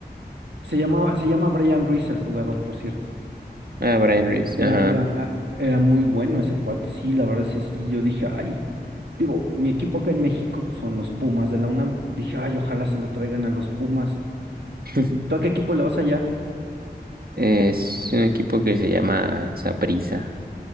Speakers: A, on the right; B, on the right.
A: Se llamaba, se llama Brian Ruiz el jugador, por cierto.
B: Ah, Brian Reese,
A: Era,
B: ajá.
A: era, ah, era muy bueno ese cuate, sí, la verdad es que sí, yo dije, ay, digo, mi equipo acá en México pues, son los Pumas de la UNAM. Dije, ay, ojalá se lo traigan a los Pumas.
B: <laughs>
A: ¿Tú a qué equipo le vas allá?
B: Es un equipo que se llama Saprissa.